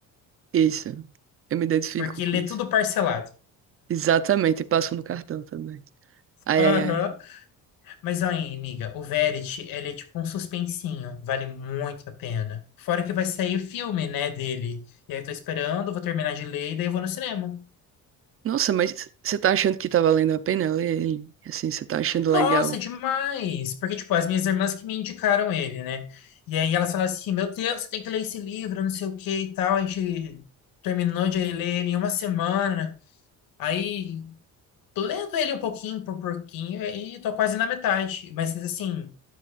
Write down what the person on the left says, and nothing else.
porque
lê
tudo parcelado.
Aham.
Mas aí, amiga, o Verity, ele é tipo um suspensinho, vale muito a pena. Fora que vai sair o filme, né, dele. E aí eu tô esperando, vou terminar de ler e daí eu vou no cinema.
Nossa,
demais! Porque, tipo, as minhas irmãs que me indicaram ele, né? E aí elas falaram assim: Meu Deus, você tem que ler esse livro, não sei o que e tal. A gente terminou de ler ele em uma semana. Aí tô lendo ele um pouquinho por pouquinho e tô quase na metade. Mas, assim,